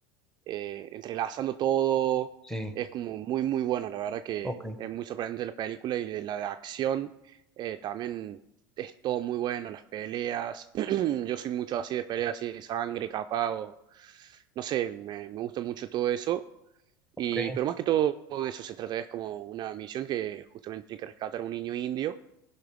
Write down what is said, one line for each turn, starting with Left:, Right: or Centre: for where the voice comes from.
Right: eh, entrelazando todo,
Centre: Sí,
Right: es como muy, muy bueno. La verdad que
Centre: ok,
Right: es muy sorprendente la película y de la de acción eh, también es todo muy bueno, las peleas. <clears throat> Yo soy mucho así de peleas, así de sangre, capa, o no sé, me, me gusta mucho todo eso.
Centre: ok.
Right: Y, pero más que todo de eso se trata, es como una misión que justamente tiene que rescatar a un niño indio